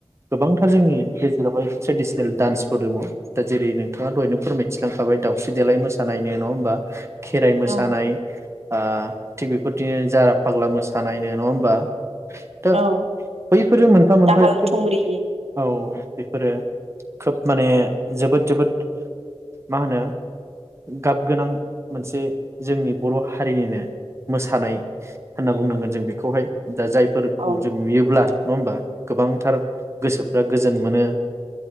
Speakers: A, on the right; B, on the right.
A: गोबांथार जोंनि गेजेरावहाय ट्रेडिसनेल डान्सफोर दङ दा जेरै नोंथाङा दहायनो फोरमाय थिलांखाबाय दावउस्रि देलाय मोसानाय नो नङा होमबा? खेराइ मोसानाय
B: औ
A: आ थिग बेफोरदिनो जारा फाग्ला मोसानायनो नङा होमबा? दा
B: औ
A: बैफोरो मोनफा मोनफा
B: दाहाल
A: खुब
B: थुंग्रि
A: औ। बेफोरो खोब माने जोबोद जोबोद मा होनो गाब गोनां मोनसे जोंनि बर' हारिनिनो मोसानाय होनना बुंनांगोन जों बेखौहाय। दा जायफोरखौ
B: औ
A: जों नुयोब्ला नङा होमबा गोबांथार गोसोफ्रा गोजोन मोनो,